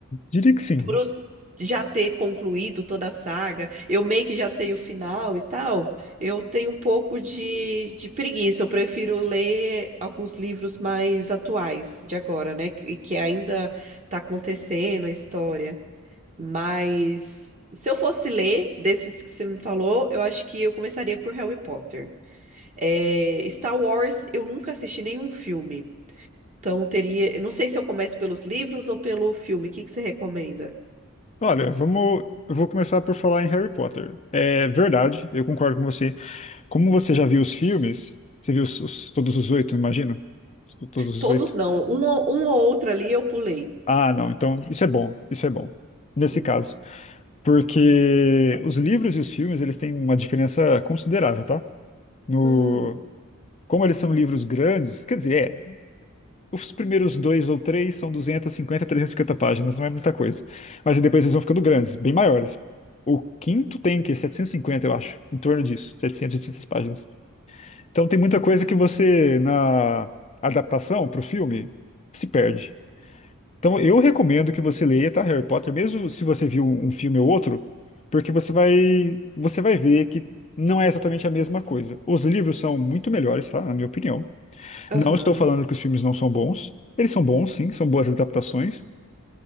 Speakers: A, on the left; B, on the right.
A: diria que sim.
B: por os- já ter concluído toda a saga, eu meio que já sei o final e tal, eu tenho um pouco de, de preguiça. Eu prefiro ler alguns livros mais atuais de agora, né, E que, que ainda tá acontecendo a história. Mas se eu fosse ler desses que você me falou, eu acho que eu começaria por Harry Potter. É, Star Wars, eu nunca assisti nenhum filme. Então teria, eu não sei se eu começo pelos livros ou pelo filme. O que que você recomenda?
A: Olha, vamos. Eu vou começar por falar em Harry Potter. É verdade, eu concordo com você. Como você já viu os filmes, você viu os, os- todos os oito, imagino? Todos
B: Todos
A: os oito.
B: não, um, ou- um ou outro ali eu pulei.
A: Ah, não, então isso é bom, isso é bom. Nesse
B: Hum,
A: caso, porque os livros e os filmes, eles têm uma diferença considerável, tá? No,
B: Hum,
A: como eles são livros grandes, quer dizer, é, os primeiros dois ou três são duzentas e cinquenta, trezentas e 350 páginas, não é muita coisa. Mas depois eles vão ficando grandes, bem maiores. O quinto tem o quê? setecentas e cinquenta, eu acho, em torno disso, 700, 800 páginas. Então tem muita coisa que você, na adaptação para o filme, se perde. Então eu recomendo que você leia, tá, Harry Potter, mesmo se você viu um filme ou outro, porque você vai, você vai ver que não é exatamente a mesma coisa. Os livros são muito melhores, tá? Na minha opinião.
B: aham,
A: Não estou falando que os filmes não são bons. Eles são bons, sim, são boas adaptações,